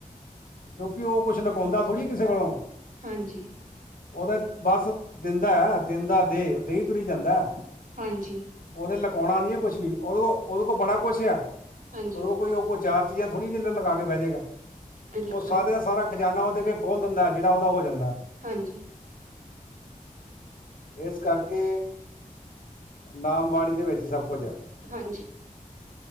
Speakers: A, on the left (about 80°); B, on the right (about 65°).
A: ਕਿਉਂਕਿ, ਔ ਕੁਛ ਲੁਕਾਉਂਦਾ, ਥੋੜੀ ਕਿਸੇ ਕੋਲੋਂ।
B: ਹਾਂਜੀ।
A: ਔ ਤੇ, ਬਸ ਦਿੰਦਾ ਐ। ਦਿੰਦਾ ਦੇਹ, ਦੇਈ ਤੁਰੀ ਜਾਂਦਾ ਐ।
B: ਹਾਂਜੀ।
A: ਓਨੇ ਲਕਾਉਣਾ, ਨੀ ਹੈ, ਕੁਛ ਵੀ, ਓ ਕੋਲ ਓਦੇ ਕੋਲ, ਬੜਾ ਕੁਛ ਹੈ। ਉਹਦੇ
B: ਹਾਂਜੀ
A: ਕੋਲ ਕੋਈ ਓ ਕੋ ਚਾਰ ਚੀਜ਼ਾਂ ਥੋੜੀ, ਏ ਜਿਲੇ ਲੁਕਾ ਕੇ ਬਹਿ ਜਾਏਗਾ
B: ਬਿਲਕੁਲ
A: ਓਹ ਸਾਰੇ ਦਾ ਸਾਰਾ ਖਜ਼ਾਨਾ ਓਹਦੇ ਅੱਗੇ ਖੋਲ ਦਿੰਦਾ, ਏ ਜਿਹੜਾ ਉਹਦਾ ਹੋ ਜਾਂਦਾ ਏ।
B: ਹਾਂਜੀ।
A: ਇਸ ਕਰਕੇ, ਨਾਮ-ਬਾਣੀ ਦੇ, ਵਿੱਚ ਹੀ ਸਭ ਕੁਝ ਹੈ।
B: ਹਾਂਜੀ।